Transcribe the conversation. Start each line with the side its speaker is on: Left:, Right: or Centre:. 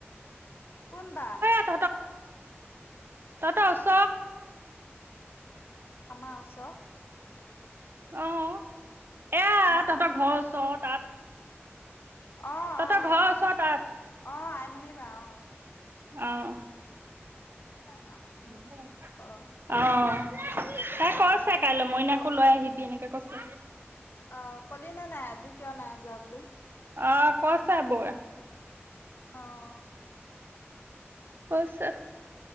Left: কোন বা
Right: <inaudible> তটা ওছ
Left: আমাৰ আওছ
Right: আহ। এ
Left: না
Right: তহঁতৰ ঘৰ ওচৰ তাত
Left: আহ
Right: তহঁতৰ
Left: আহ আহ
Right: ঘৰৰ ওচৰ তাত
Left: আহ আইমানী বা আহ।
Right: অঁ।
Left: নাম
Right: <inaudible>
Left: অ
Right: অঁ তাই কৈছে কাইলৈ মইনাকো লৈ আহিবি এনেকে কৈছে।
Left: অ কলি ন নাই আজি কিয় নাই যোৱা বুলি।
Right: অ কৈছে বৌৱে
Left: আহ
Right: কৈছে